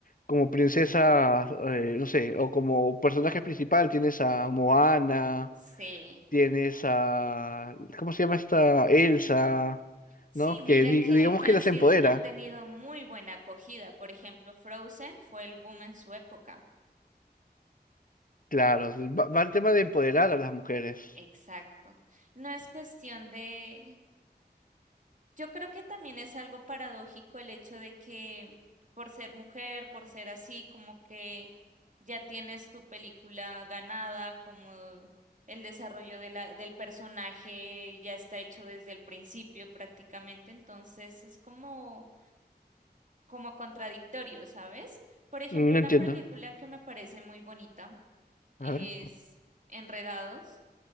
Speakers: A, on the left (about 55°); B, on the right (about 50°).
A: como princesa, eh, no sé, o como personaje principal tienes a Moana,
B: Sí.
A: tienes a, ¿cómo se llama esta? Elsa,
B: Sí,
A: ¿no? Que
B: mira
A: di-
B: que,
A: digamos
B: que
A: que
B: han,
A: las
B: sido-
A: empodera,
B: han tenido muy buena acogida. Por ejemplo, Frozen fue el boom en su época.
A: claro, sí, va, va el tema de empoderar a las mujeres.
B: Exacto. No es cuestión de... Yo creo que también es algo paradójico el hecho de que por ser mujer, por ser así, como que ya tienes tu película ganada, como el desarrollo de la, del personaje ya está hecho desde el principio prácticamente, entonces es como, como contradictorio, ¿sabes? Por ejemplo,
A: Mm, No
B: una
A: entiendo.
B: película que me parece muy bonita es
A: A ver.
B: Enredados